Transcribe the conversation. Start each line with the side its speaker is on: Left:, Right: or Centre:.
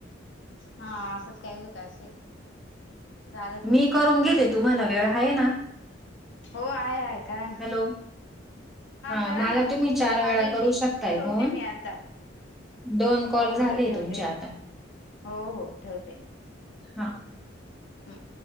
Left: हा असंच काही होत असे झालंच आहे.
Centre: मी करून घेते तुम्हाला वेळ आहे ना.
Left: हो आहे आहे कारा ना.
Centre: हॅलो हा
Left: करा
Centre: मला
Left: ना
Centre: तुम्ही चार
Left: चालेल
Centre: वेळा करू
Left: मी
Centre: शकताय
Left: ठेवते
Centre: फोन.
Left: मी आता
Centre: दोन कॉल
Left: हो
Centre: झाले
Left: हो ठेवते
Centre: तुमचे आता.
Left: मी हो हो ठेवते.
Centre: हा
Left: हम्.